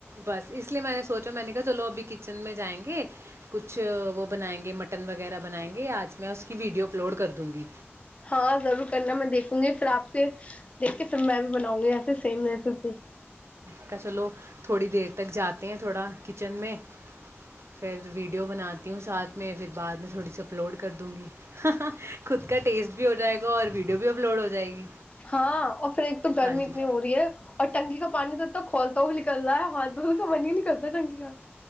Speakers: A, on the right; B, on the left.
A: بس اس لیے میں نے سوچا میں نے کہا چلو ابھی کچن میں جائیں گے کچھ وہ بنائیں گے مٹن وغیرہ بنائیں گے آج میں اس کی ویڈیو اپلوڈ کر دوں گی
B: ہاں ضرور کرنا میں دیکھوں گی پھر آپ کے دیکھ کے پھر میں بھی بناؤں گی ایسے سیم ویسے پی
A: کیا چلو تھوڑی دیر تک جاتے ہیں تھوڑا کچن میں پھر ویڈیو بناتی ہوں ساتھ میں پھر بعد میں تھوڑی سی اپلوڈ کر دوں گی خود کا ٹیسٹ بھی ہو جائے گا اور ویڈیو بھی اپلوڈ ہو جائے گی
B: ہاں اور پھر ایک تو گرمی
A: ہاں
B: اتنی
A: جی
B: ہو رہی ہے اور نکی کا پانی تو انا کھولتا ہو نکل رہ ہے ہاتھ دھوول کا پانی ہی نہیں کرتا ہے ٹنکی کا